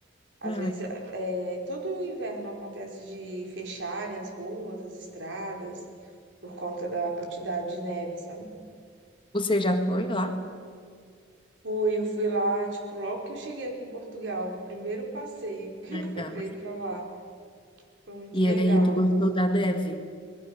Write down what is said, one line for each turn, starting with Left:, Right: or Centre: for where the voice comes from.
Right: Às
Left: Ai.
Right: vezes, é, todo inverno acontece de fecharem as ruas, as estradas, por conta da quantidade de neve, sabe?
Left: Você já foi lá?
Right: Fui, eu fui lá, tipo, logo que eu cheguei aqui em Portugal, o primeiro passeio <laughs> que
Left: Legal.
Right: eu fui pra ir pra lá. Foi muito
Left: E
Right: legal.
Left: aí, tu gostou da neve?